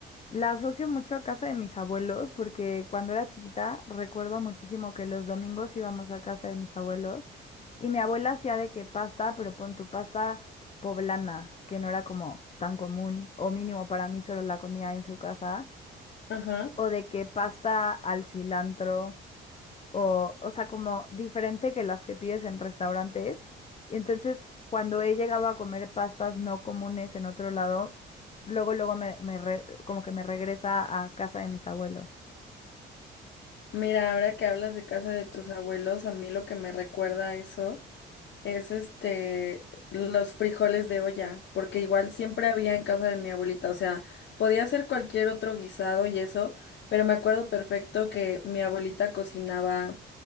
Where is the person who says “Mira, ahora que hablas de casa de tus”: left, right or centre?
Left